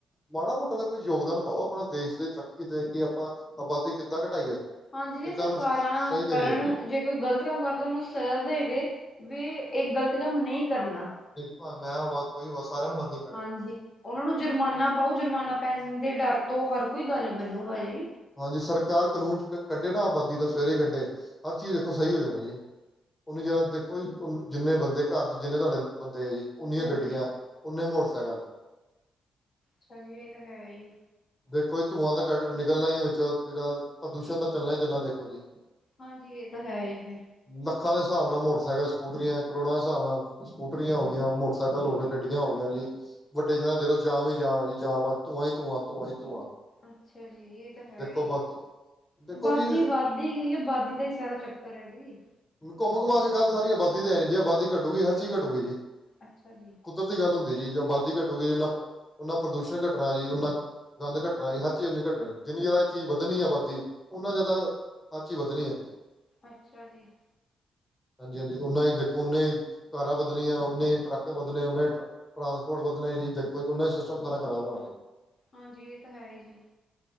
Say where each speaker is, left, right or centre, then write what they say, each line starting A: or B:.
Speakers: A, on the left; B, on the left.
A: ਮਾੜਾ- ਮੋਟਾ ਤਾਂ ਕੋਈ ਯੋਗਦਾਨ ਪਾਓ, ਆਪਣਾ ਦੇਸ਼ ਦੀ ਤਰੱਕੀ ਦੇ ਕਿ ਆਪਾਂ ਆਬਾਦੀ ਕਿੱਦਾਂ ਘਟਾਈਏ
B: ਹਾਂਜੀ ਜੇ
A: ਕਿੱਦਾਂ
B: ਸਰਕਾਰਾਂ
A: ਨੂੰ ਸਹੀ ਕਰੀਏ
B: ਕਰਨ, ਜੇ ਕੋਈ ਗ਼ਲਤ ਕੰਮ ਕਰਦਾ ਉਹਨੂੰ ਸਜਾ ਦੇਵੇ। ਵੀ ਇਹ ਗ਼ਲਤ ਕੰਮ ਨਹੀਂ ਕਰਨਾ।
A: ਮੈ ਹੋਵਾ, ਕੋਈ ਹੋਵਾ ਸਾਰਿਆਂ ਨੂੰ ਮੰਨੀ
B: ਹਾਂਜੀ, ਉਹਨਾਂ ਨੂੰ ਜੁਰਮਾਨਾ ਪਾਓ, ਜੁਰਮਾਨਾ ਪੈਣ ਦੇ ਡਰ ਤੋਂ ਹਰ ਕੋਈ ਗੱਲ ਮੰਨੂਗਾ ਜੀ।
A: ਹਾਂਜੀ, ਸਰਕਾਰ ਕਾਨੂੰਨ ਚ ਕੱਢੇ ਨਾ ਆਬਾਦੀ ਦਾ, ਸਵੇਰੇ ਈ ਕੱਢੇ ਹਰ ਚੀਜ਼ ਦੇਖੋ ਸਹੀ ਹੋ ਜਾਣੀ ਜੀ। ਉਹਨੀੇ ਜ ਦੇਖੋ ਜੀ ਜਿੰਨੇ ਬੰਦੇ ਘਰ ਚ, ਜਿੰਨੇ ਤੁਹਾਡੇ ਬੰਦੇ ਆ ਜੀ ਉਨੀਆਂ
B: ਹਾਂਜੀ
A: ਗੱਡੀਆਂ ਓਨੇ ਮੋਟਰਸਾਈਕਲ
B: ਸਈ ਇਹ ਤਾਂ ਹੈ ਈ
A: ਦੇਖੋ ਜੀ ਧੂੰਆਂ ਤਾਂ ਕੱ ਨਿਕਲਣਾ ਈ ਐ ਵਿਚੋ ਜਿਹੜਾ ਪ੍ਰਦੂਸ਼ਣ ਤਾਂ ਚੱਲਣਾ ਈ ਚੱਲਣਾ ਦੇਖੋ ਜੀ।
B: ਹਾਂਜੀ ਇਹ ਤਾਂ ਹੈ ਹੀ ਫੇਰ
A: ਲੱਖਾਂ ਦੇ ਹਿਸਾਬ ਨਾਲ ਮੋਟਰਸਾਈਕਲ, ਸਕੂਟਰੀਆਂ ਕਰੋੜਾਂ ਦੇ ਹਿਸਾਬ ਨਾਲ ਸਕੂਟਰੀਆਂ ਹੋ ਗਈ ਮੋਟਰਸਾਈਕਲ
B: ਹਾਂਜੀ
A: ਹੋ ਗਏ ਗੱਡੀ ਹੋ ਗਿਆ ਜੀ, ਵੱਡੇ ਸ਼ਹਿਰਾਂ ਦੇੋ ਜਾਮ ਹੀਈ ਜਾਮ ਆ ਜੀ ਜਾਮ ਆ ਧੂੰ ਹੀ ਧੂੰਆਂ, ਧੂੰਆਆਂਈ ਧੂੰਆਂ
B: ਅੱਛਾ ਜੀ ਇਹ ਤਾਂ ਹੈ
A: ਦੇਖੋ
B: ਹੀ
A: ਆਬਾਦੀ ਦੇਖੋ
B: ਆਬਾਦੀ
A: ਜੀ
B: ਵਾਧਦੀ ਗਈ ਏ ਆਬਾਦੀ ਦਾ ਹੀ ਸਾਰਾ ਚੱ ਕਰ ਏ ਜੀ।
A: ਘੁੰਮ- ਘੁਮਾ ਕੇ ਗੱਲ ਸਾਰੀ ਆਬਾਦੀ ਤੇ ਹੈ ਨ ਜੇ ਆਬਦੀ ਘਟੂਗੀ ਹਰ ਚੀਜ਼ ਘੱਟੂਗੀ ਜੀ।
B: ਅੱਛਾ ਜੀ।
A: ਕਦਰਤੀ ਦੀ ਗੱਲ ਹੁੰਦੀ ਜੀ ਜਾਂ ਆਬਾਦੀ ਘਟੂਗੀ ਉਹਨਾ, ਉਹਨਾ ਪ੍ਰਦੂਸ਼ਣ ਘਟਣਾ ਜੀ ਉਹਨਾ ਗੰਦ ਘਟਣਾ, ਹਰ ਚੀਜ਼ ਘਟਣੀ, ਜਿੰਨੀ ਜ਼ਿਆਦਾ ਇਹ ਚੀਜ਼ ਵਧਣੀ ਆ ਅਵੱਦੀ ਉਓਨਾ ਜ਼ਿਆਦਾ ਸਚੀ ਵਧਣੀ ਐ ਫਿਰ
B: ਅੱਛਾ ਜੀ
A: ਹਾਂਜੀ ਹਾਂਜੀ ਉਹਨਾ ਹੀ ਦੇਖੋ ਉਨੇ ਈ ਕਾਰਾਂ ਵੱਧਣੀਆਂ ਉਨੇ ਈ ਟਰੱਕ ਵਧਣੇ ਉਨਾ ਈ ਟਰਾਂਸਪੋਰਟ ਵਧਣਾ ਜੀ, ਦੇਖੋ ਜੀ ਉਹਨਾਂ ਹੀ ਸਿਸਟਮ ਸਾਰਾ ਖਰਾਬ ਹੋਣਾ ਜੇ।
B: ਹਾਂਜੀ ਇਹ ਤਾਂ ਹੈ ਹੀ ਜੀ।